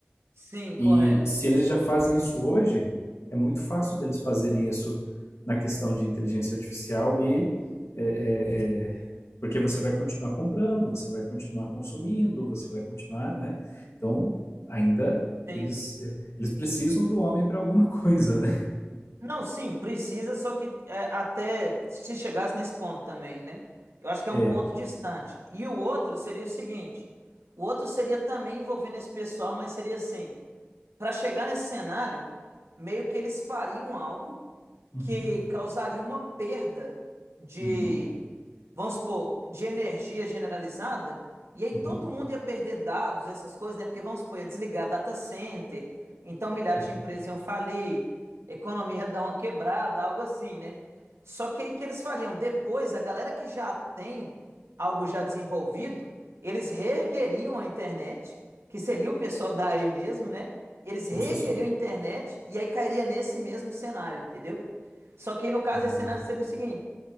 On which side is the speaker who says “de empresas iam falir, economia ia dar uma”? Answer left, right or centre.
Right